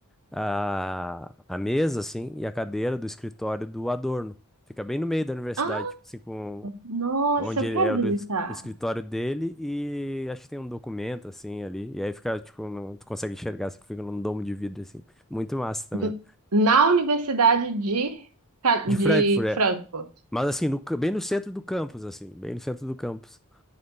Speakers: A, in the centre; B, on the right.
A: a, a mesa, assim, e a cadeira do escritório do Adorno. Fica bem no meio da universidade,
B: Ah,
A: tipo assim, com,
B: nossa,
A: onde
B: eu
A: ele-
B: quero
A: é o,
B: visitar.
A: do es- o escritório dele e acho que tem um documento, assim, ali. E aí fica, tipo, não, tu consegue enxergar, você fica num domo de vidro, assim. Muito massa também.
B: N- Na Universidade de, Ca-
A: De
B: de
A: Frankfurt, é.
B: Frankfurt.
A: Mas, assim, no ca- bem no centro do campus, assim, bem no centro do campus.